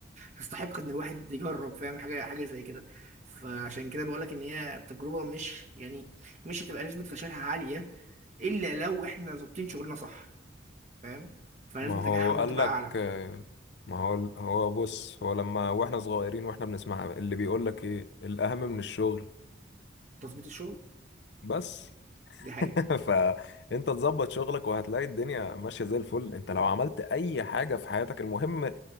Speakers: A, on the right; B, on the left.
A: تستحق ان الواحد يجرب فاهم حاجه حاجه زي كده فعشان كده بقول لك ان هي تجربه مش يعني مش هتبقى نسبه فشلها عاليه الا لو احنا ظابطين شغلنا صح فاهم فنسبه
B: ما هو
A: نجاحها ممكن
B: قال
A: تبقى
B: لك
A: اعلى
B: آه، ما هو هو بص هو لما واحنا صغيرين واحنا بنسمع اللي بيقول لك ايه الاهم من الشغل
A: تظبيط الشغل
B: بس
A: دي حقيقه
B: <laughs> فانت تظبط شغلك وهتلاقي الدنيا ماشيه زي الفل انت لو عملت اي حاجه في حياتك المهم